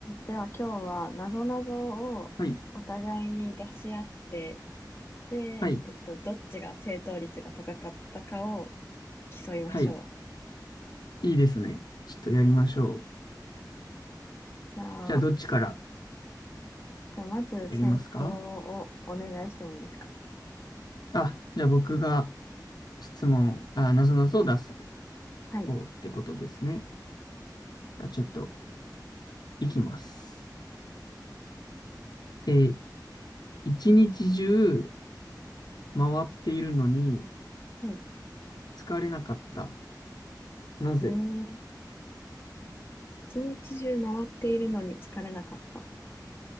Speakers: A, on the left; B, on the left.
A: では今日はなぞなぞをお互いに出し合って、
B: はい、
A: で、
B: はい、
A: えっと、どっちが正答率が高かったかを競いましょう。
B: はい、いいですね。ちょっとやりましょう。
A: じゃあ、
B: じゃあ、どっちから
A: じゃあまず先行をお願いしてもいいですか
B: やりますかあ、じゃあ僕が質問、あ、なぞなぞを出す
A: はい。
B: 方ってことですね。じゃあちょっと、いきます。えー一日中回っているのに
A: はい。
B: 疲れなかった。なぜ
A: うーん。一日中回っているのに疲れなかった。